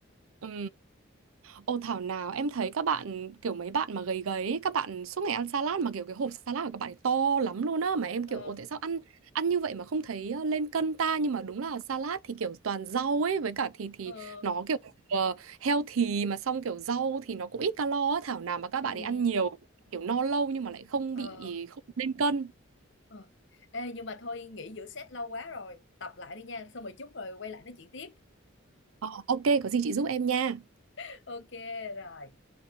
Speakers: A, on the right; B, on the left.
A: Ừ. Ô thảo nào em thấy các bạn kiểu mấy bạn mà gầy gầy ấy, các bạn suốt ngày ăn salad mà kiểu cái hộp salad của các bạn ấy to lắm luôn á mà em
B: Ờ,
A: kiểu ồ tại sao ăn ăn như vậy mà không thấy ờ, lên cân ta nhưng mà đúng là salad thì kiểu toàn rau ấy với cả thịt thì
B: ờ,
A: nó kiểu uh, healthy mà xong kiểu rau thì nó cũng ít calo á thảo nào mà các
B: ừ,
A: bạn
B: ừ,
A: ấy ăn nhiều kiểu no lâu nhưng mà lại không
B: ờ,
A: bị không lên cân.
B: ờ. Ê, nhưng mà thôi nghỉ giữa set lâu quá rồi, tập lại đi nha, xong rồi chút rồi quay lại nói chuyện tiếp.
A: Ờ, ok có gì chị giúp em nha.
B: <laughs> Ok, rồi.